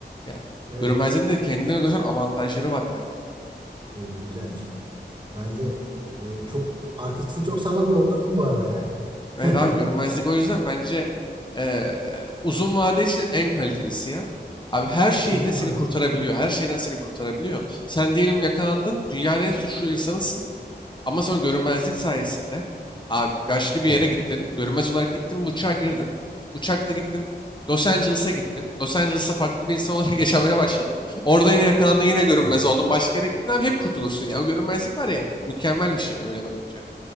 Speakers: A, on the left; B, on the right.
A: Yani
B: Evet.
A: görünmezliğin de kendine göre avantajları var baya.
B: Bu güzelmiş. Bence e, çok e, arkasını çok sağlam doldurdum bu arada yani. <laughs>
A: Evet abi görünmezlik o yüzden bence eee, uzun vade için en kalitelisi ya. Abi her şeyde
B: Uzunlar.
A: seni kurtarabiliyor. Her şeyden seni kurtarabiliyor. Sen diyelim yakalandın, dünyanın en suçlu insanısın. Ama sonra görünmezlik sayesinde abi başka bir
B: Evet.
A: yere gittin. Görünmez olarak gittin, bir uçağa girdin. Uçakla gittin, Los Angeles'a gittin. Los Angeles'a farklı bir insan olarak <laughs> yaşamaya başladın. Orada yine yakalandın, yine görünmez
B: evet.
A: oldun. Başka yere gittin abi hep kurtulursun ya. O görünmezlik var ya, mükemmel bir şey öyle bakınca.